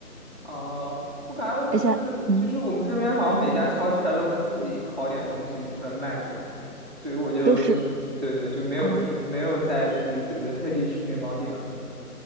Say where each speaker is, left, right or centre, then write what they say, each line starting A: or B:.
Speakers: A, on the right; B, on the right.
A: 哦、我感觉就是就是我们这边好像每家超市它都会自己烤点东西出来卖，
B: 而且嗯
A: 这样，所以我就就是对对，
B: 都是
A: 就没有没有再去，
B: 哦。
A: 比如说特地去面包店了。